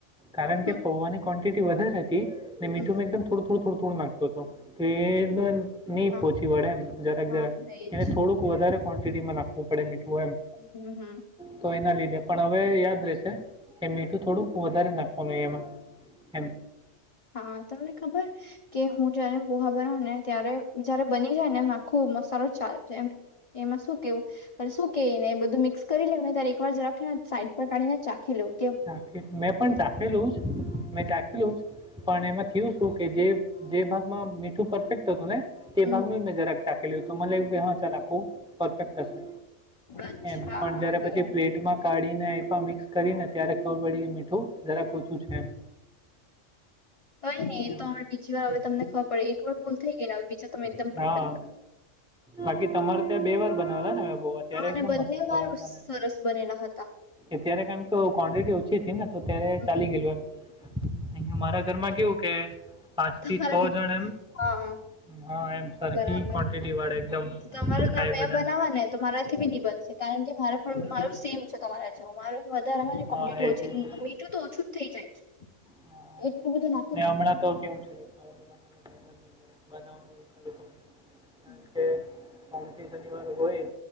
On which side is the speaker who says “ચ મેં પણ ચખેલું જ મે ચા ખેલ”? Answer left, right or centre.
Centre